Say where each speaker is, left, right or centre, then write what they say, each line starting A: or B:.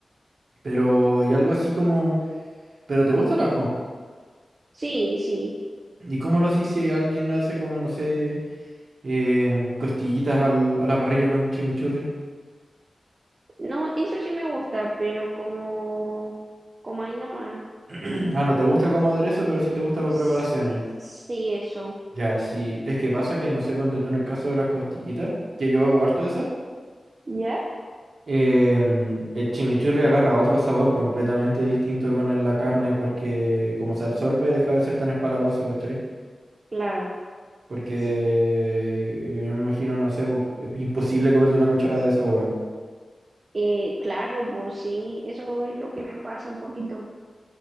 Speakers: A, on the right (about 70°); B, on the right (about 45°).
A: Pero, y algo así como, ¿pero te gusta el ajo?
B: Sí, sí.
A: ¿Y cómo lo haces si alguien hace como, no sé, em, costillitas al- a la parrilla con chimichurri?
B: No, eso sí me gusta, pero como, como ahí nomás.
A: <clears throat> Ah, no te gusta como aderezo, pero sí te gusta para
B: S-
A: preparaciones.
B: Sí, eso.
A: Ya, sí. Es que pasa que, no sé, ponte tú en el caso de las costillitas, que yo hago harto de esas.
B: ¿Ya?
A: Em, el chimichurri agarra otro sabor completamente distinto con el- la carne porque como se absorbe deja de ser tan espalagoso, ¿cachai?
B: Claro.
A: Porque
B: Sí.
A: eh, yo me imagino, no sé, po, es imposible comerte una cucharada de eso, weón.
B: Eh, claro, pues sí, eso es lo que me pasa un poquito.